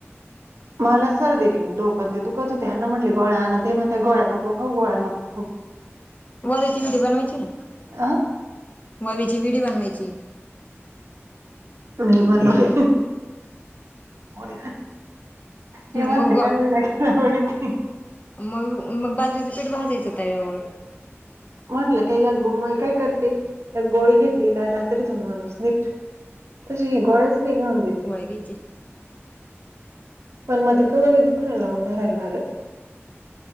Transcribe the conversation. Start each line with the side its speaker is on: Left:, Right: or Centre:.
Right: मला सर्दी आणि डोकं ते दुखत होते यांना म्हटले गळ्या आण ते गळ्या नको खऊ गोळ्या नको. खूप
Left: ववेची व्हिडीओ बनवायची ना
Right: अं?
Left: ववेची व्हिडी बनवायची
Right: नाही बनवले <inaudible> मी
Left: मग
Right: म्हणते काय वेड्या <inaudible>
Left: मग मग बाजरीचं पीठ भाजायचं तव्यावर
Right: म्हंटलं काय या म काय करते एक गोळी घेतली काय रात्रीतून माणूस नीट तशी ही गोळ्याच नाही न देते
Left: हगचे <inaudible>
Right: पण मग ते कवरे दुखणें लावून धरायला लागत